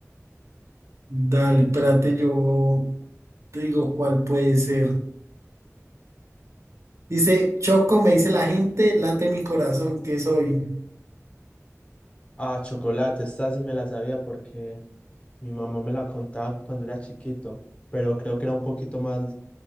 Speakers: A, on the right; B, on the left.
A: dale, espérate, yo te digo cuál puede ser. Dice, Choco, me dice la gente, late mi corazón, ¿qué soy?
B: Ah, chocolate, esta sí me la sabía porque Mi mamá me la contaba cuando era chiquito, pero creo que era un poquito más,